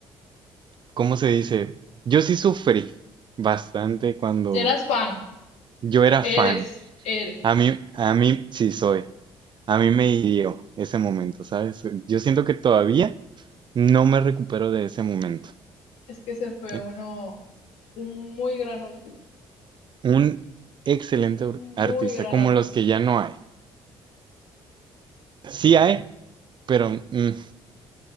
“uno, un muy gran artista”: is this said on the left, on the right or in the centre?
Left